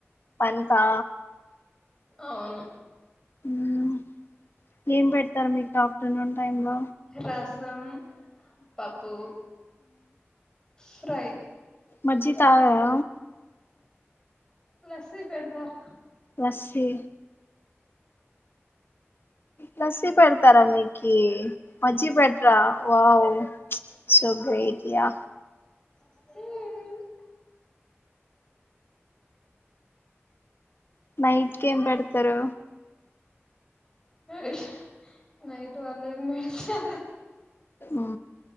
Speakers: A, on the left (about 50°); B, on the left (about 15°).
A: వన్కా
B: అవును
A: ఉమ్ ఏం పెడతారు మీకు ఆఫ్టర్నూన్ టైమ్ లో
B: రసం పప్పు ఫ్రై
A: మజ్జి తాగరా
B: లస్సీ పెడతార
A: లస్సి నసి పడతారా మీకి మజ్జి పెట్టారా వావ్ శుభ్రీజయా
B: యా
A: నైట్కి ఏం పెడతారు
B: ఇష్ నైట్ వాళ పెడితే అదే
A: ఆ